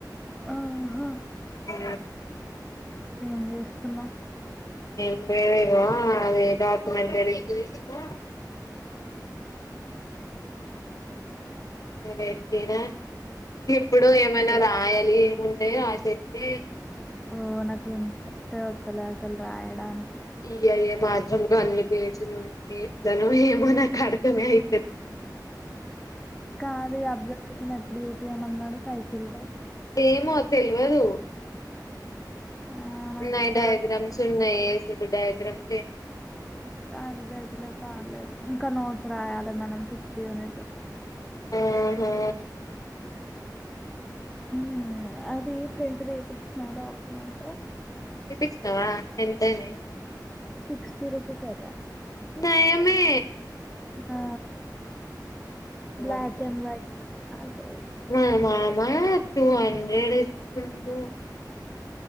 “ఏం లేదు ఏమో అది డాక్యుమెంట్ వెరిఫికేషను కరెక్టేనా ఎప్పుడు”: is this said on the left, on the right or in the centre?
Left